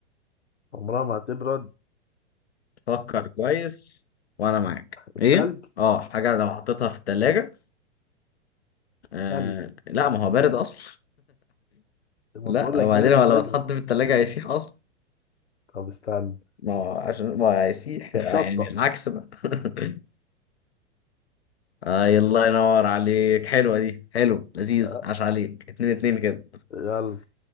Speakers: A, on the left; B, on the left.
A: عمرها ما هتبرد
B: فكر كويس وانا معاك
A: التلج
B: ايه اه حاجة لو حطيتها في التلاجة أه
A: تلج
B: لا ما هو بارد اصلا
A: لما
B: لا
A: بقول لك
B: وبعدين
A: بارد
B: هو
A: مش
B: لو
A: هيبرد
B: اتحط في التلاجة هيسيح اصلا
A: طب استنى
B: ما هو عشان ما هو هيسيح
A: الشطة
B: يعني العكس بقى <laughs> آه الله ينور عليك حلوة دي حلو لذيذ
A: أه،
B: عاش عليك اتنين اتنين كده
A: يلا